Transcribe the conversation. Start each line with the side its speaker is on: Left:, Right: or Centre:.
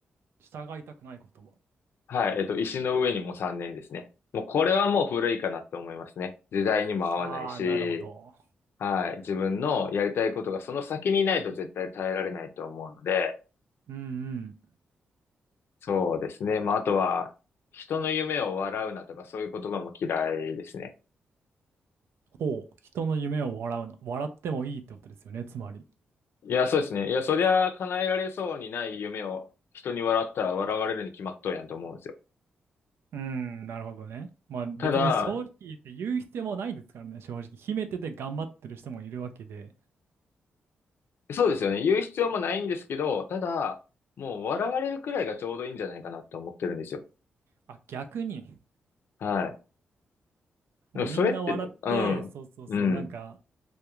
Right: 従いたくない言葉。
Left: はい。えっと、石の上にも3年ですね。もうこれはもう古いかなって思いますね。時代にも合わないし、
Right: はあ、なるほど。
Left: はい。自分のやりたいことがその先にないと絶対耐えられないと思うので、
Right: うんうん。
Left: そうですね。まあ、あとは、人の夢を笑うなとか、そういう言葉も嫌いですね。
Right: ほう。人の夢を笑うな。笑ってもいいってことですよね、つまり。
Left: いや、そうですね。いや、そりゃ叶えられそうにない夢を人に笑ったら笑われるに決まっとんやんと思うんですよ。
Right: うん、なるほどね。まあ別に正直言って言う必要もないですからね、
Left: ただ、
Right: 正直。秘めてて頑張ってる人もいるわけで。
Left: そうですよね。言う必要もないんですけど、ただ、もう笑われるくらいがちょうどいいんじゃないかなって思ってるんですよ。
Right: あ、逆に。
Left: はい。
Right: もうみんな笑って、
Left: でもそれってね、うん、
Right: そうそうそう、
Left: うん、
Right: なんか